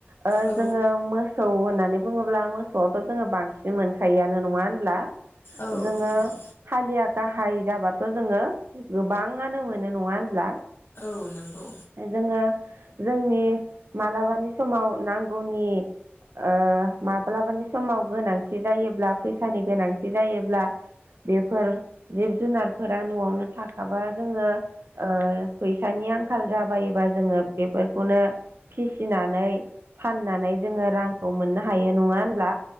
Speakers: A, on the right; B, on the left.
A: ओ
B: औ
A: जोङो मोसौ होननानै बुङोब्ला मोसौआवथ' जोङो बांसिन मोनखायोआनो नङा होनब्ला।
B: औ
A: जोङो
B: नंगौ
A: हालिया गाहाय जाबाथ' जोङो गोबाङानो मोनो नङा होनब्ला।
B: औ नंगौ।
A: ओ जोङो जोंनि मालाबानि समाव नांगौनि ओ माब्लाबानि समाव गोनांथि जायोब्ला फैसानि गोनांथि जायोब्ला बेफोर जिब जुनारफोरा न'आवनो थाखाबा जोङो। ओ फैसानि आंखाल जाबायोबा जोङो बेफोरखौनो फिसिनानै फाननानै जोङो रांखौ मोननो हायो नङा होनब्ला